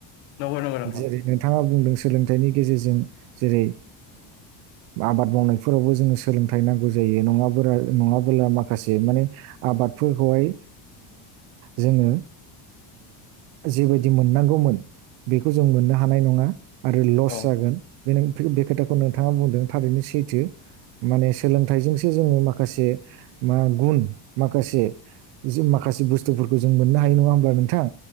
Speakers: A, on the left (about 65°); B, on the right (about 70°).
A: नंगौ नंगौ नोंथां
B: जेरै नोंथाङा बुंदों। सोलोंथाइनि गेजेरजों जेरै आबाद मावनायफोरावबो जोङो सोलोंथाइ नां गौ जायो नङाब्ला नङाब्ला माखसे माने आबादफोरखौहाय जोङो जिबायदि मोननांगौमोन बेखौ जों मोननो हानाय नङा। आरो लस
A: औ
B: जागोन बे बे खोथाखौ नोंथाङा बुंदों थारैनो सैथो माने सोलोंथाइजोंसो जोङो माखासे मा गुन माखासे माखासे बुस्थुफोर खौ जों मोननो हायो नङा होमब्ला नोंथां?